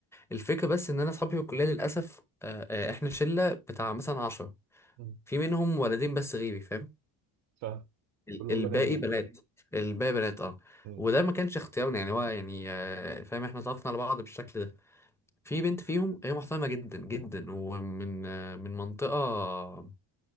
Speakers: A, in the centre; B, on the right.
A: الفكره بس ان انا اصحابي في الكليه للاسف آه آه احنا شله بتاع مثلا عشرة
B: مم.
A: في منهم ولدين بس غيري فاهم
B: فاهم
A: ال-
B: كلهم
A: الباقي
B: بنات يعني
A: بنات الباقي بنات اه
B: مم.
A: وده ما كانش اختيارنا يعني هو يعني آه فاهم احنا اتعرفنا على بعض بالشكل ده في بنت فيهم هي محترمة جدا جدا ومن آه، من منطقة